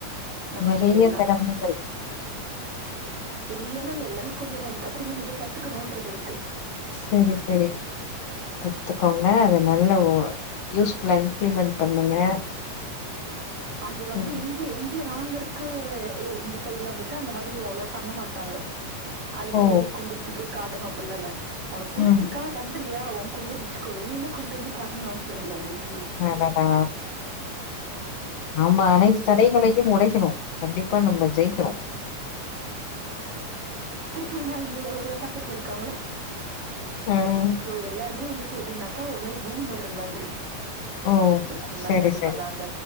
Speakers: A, on the right; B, on the left.
A: இந்த
B: நெறைய
A: மாதிரி எல்லாமே
B: திறமைகள்
A: ரியலால எல்லாமே கொஞ்சதா எதிர் க்கப்புற இன்னு நெறய கத்துகுனுற்றது இருக்கு
B: சேரி சேரி கத்துக்கோங்க அத நல்ல யூஸ்ஃபுல்லா இம்ப்ளிமெண்ட் பண்ணுங்க
A: அது வந்து
B: ம்
A: இந்த எங்க ராங்கர் க்கு எ இந்த சைட்ல வந்துட்டு அந்த மாரி அவ்ளவ பண்ண மாட்டாங்க அத பேய்
B: ஓ
A: வெளி கொண்டுடு பேய் காட்டணு அப்ளாஇல்ல ஒனக் புடிச்சிர்கா
B: ம்
A: பண்றியா ஒ கொள்ளே வச்சுக்கோ வெலிலா கொண்டு வந்து காட்டுனுன் அவசிய இல்ல அப்டின்
B: அடடா ஆமா அனைத்து
A: அவ்ளோ இது.
B: தடைகளையு உடைக்ணு கண்டிப் ப்பா நம்ம ஜெய்க்னு
A: துசுனா எங்க ஏரியா பக்கத்துல இருக்கவுங்கள
B: ம்
A: சோ எல்லாருமே வந்து டி எப்டின்னாக்காவ் ம்மேரி பூம் வர் மாதிரி
B: ஓ
A: இது பண்ணாத
B: செரி
A: அது
B: செரி
A: பண்ணாத